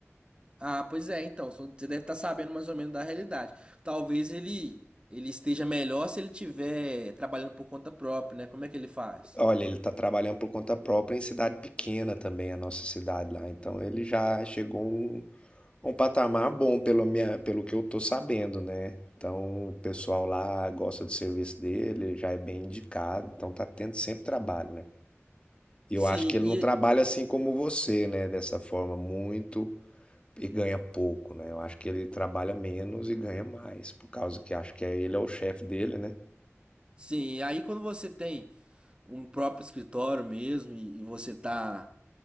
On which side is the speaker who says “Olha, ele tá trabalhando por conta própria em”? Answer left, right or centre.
Left